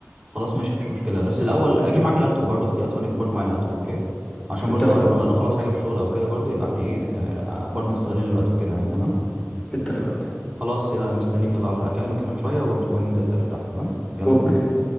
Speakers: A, on the right; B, in the centre.
A: خلاص ماشي مفيش مشكلة بس الأول أجيب معاك اللابتوب برضو احتياطي وأنا أجيب برضو معايا اللابتوب أوكي عشان
B: اتفقنا
A: برضو لو هنخلص لو نخلص حاجة في الشغل أو كده برضو يبقى إحنا إيه آه، برضو نستغلين الوقت وكده يعني تمام
B: اتفقنا
A: خلاص يا مستنيك يلا أكلمك كمان شوية ونشوف وننزل نتقابل تحت تمام يلا
B: اوكي
A: بينا